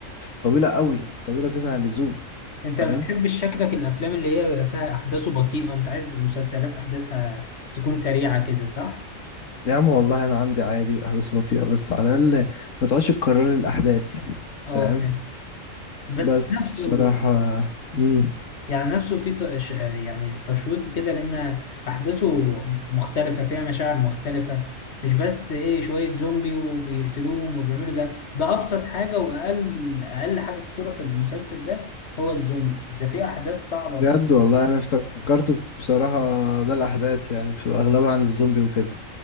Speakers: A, on the left; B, on the left.
A: طويلة قوي طويلة زيادة عن اللزوم
B: انت
A: فاهم
B: بتحب شكلك الافلام اللي هي بيبقى فيها احداثه بطيئة انت عايز مسلسلات احداثها تكون سريعة كده صح؟
A: يا عم والله أنا عندي عادي أحداث بطيئة بس على الأقل ما تقعدش تكرر الأحداث فاهم
B: اه فاهم بس
A: بس
B: نفسه
A: بصراحة مم.
B: يعني نفسه في تش... يعني تشويق كده لأن أحداثه مختلفة فيها مشاعر مختلفة مش بس إيه شوية زومبي وبيقتلوهم وبيعملوا ده ده أبسط حاجة وأقل أقل حاجة خطورة في المسلسل ده هو الزومبي ده فيه أحداث صعبة وفيه
A: بجد والله انا افتكرته بصراحة ده الاحداث يعني بتبقى اغلبها عن الزومبي وكده